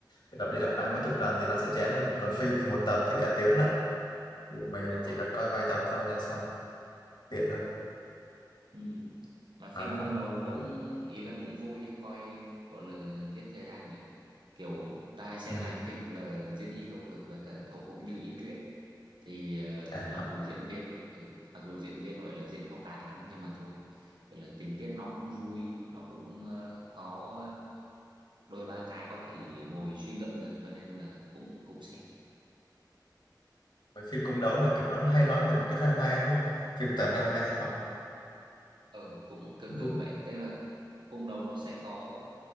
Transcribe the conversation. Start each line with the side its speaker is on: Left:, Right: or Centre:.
Left: Kiểu lặp đi lặp lại
Right: ừ,
Left: mấy chục lần thì nó sẽ chán hơn. Còn phim thì một tập tới cả tiếng lại. Thì mày
Right: đúng
Left: chỉ
Right: rồi
Left: cần coi vài tập thôi là xong, tiện hơn.
Right: ừ. mà phim
Left: À,
Right: cũng đầu cũng
Left: ừ.
Right: ý là cũng vui á, coi gọi là giết thời gian được kiểu ta hay xem
Left: Ừ.
Right: hai phim là Diên Hy Công Lược với cả Hậu Cũng Như Ý Truyện thì ờ,
Left: À,
Right: mặc
Left: hả?
Right: dù diễn viên ừ, mặc dù diễn viên gọi là diễn không tạt lắm nhưng mà thôi gọi là tình tiết nó cũng vui nó cũng ờ, có đôi ba cái có thể ngồi suy ngẫm được cho nên là cũng cũng xem
Left: Mấy phim cung đấu là kiểu nó hay nói về một cái drama đúng không? Phim toàn drama thôi phải không?
Right: ừ cũng thường
Left: Đúng.
Right: thường vậy tức là cung đấu nó sẽ có